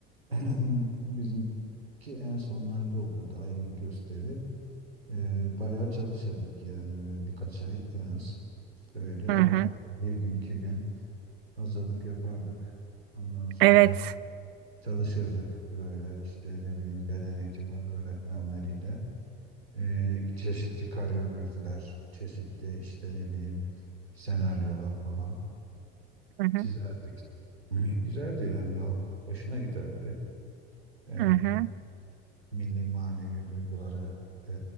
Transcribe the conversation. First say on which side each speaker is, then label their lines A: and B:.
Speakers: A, on the right; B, on the right.
A: <clears throat> Bizimki en sonlarda olurdu ayrı bir gösteri. E, bayağı çalışırdık yani ve birkaç ay en az böyle
B: hı hı.
A: haftada bir gün iki gün hazırlık yapardık. Ondan sonra
B: Evet.
A: çalışırdık böyle işte ne bileyim beden eğitimi öğretmenleriyle. Ee, çeşitli koreografiler, çeşitli işte ne bileyim senaryolar falan
B: Hı hı
A: çizerdik. Ee, güzeldi yani halk hoşuna giderdi. Ee,
B: hı hı.
A: milli manevi duyguları e,